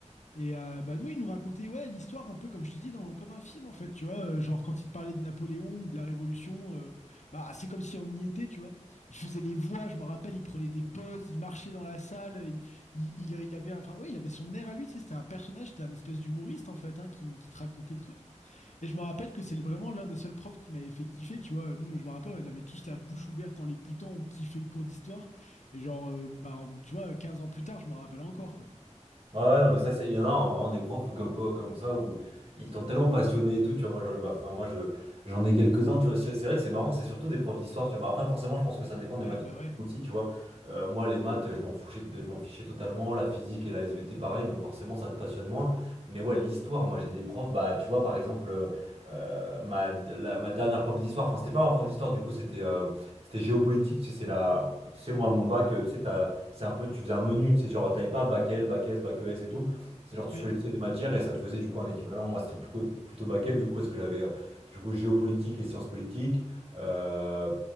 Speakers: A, on the left; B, on the right.
A: Et euh, bah, nous, il nous racontait ouais, l'histoire un peu, comme je te dis, dans, comme un film, en fait, tu vois. euh, genre, quand il te parlait de Napoléon ou de la Révolution, euh, bah, c'est comme si on y était, tu vois. Il faisait les voix, je me rappelle, il prenait des pauses, il marchait dans la salle, il, il, il- il avait, un- enfin, ouais, il avait son air à lui, tu sais, c'était un personnage, c'était un espèce d'humoriste, en fait, hein, qui, qui te racontait le truc. Et je me rappelle que c'est vraiment l'un des seuls profs qui m'avait fait kiffer, tu vois. Nous, je me rappelle, on avait tous la bouche ouverte en l'écoutant, on kiffait le cours d'histoire. Et genre, euh, bah, tu vois, 15 ans plus tard, je m'en rappelle encore, quoi.
B: Ah ouais, non, mais ça, ça- il y en a hein, vraiment des profs comme quoi, comme ça où ils t'ont tellement passionné et tout, tu vois. Moi, je- bah, enfin, moi, je, j'en ai quelques-uns, tu vois. C'est c'est vrai que c'est marrant, c'est surtout des profs d'histoire, tu vois. Après, forcément, je pense que ça dépend des
A: Ouais,
B: matières
A: bah ouais.
B: aussi, tu vois. Euh, moi, les maths, je m'en fichais, je m'en fichais totalement. La physique et la SVT, pareil, donc forcément, ça te passionne moins. Mais ouais, l'histoire, moi, j'ai des profs, bah, tu vois, par exemple, euh, euh, ma, la- ma dernière prof d'histoire, enfin, c'était pas ma prof d'histoire, du coup, c'était euh, c'était géopolitique, tu sais, c'est la, tu sais, moi, mon bac, euh, tu sais, t'as. C'est un peu, tu faisais un menu, c'est genre, t'avais pas bac L, bac S, bac ES et tout. C'est genre, tu
A: Ouais.
B: choisissais des matières et ça te faisait du coup un équivalent. Moi, c'était plutôt, plutôt bac L, du coup, parce que j'avais euh, du coup géopolitique et sciences politiques, euh,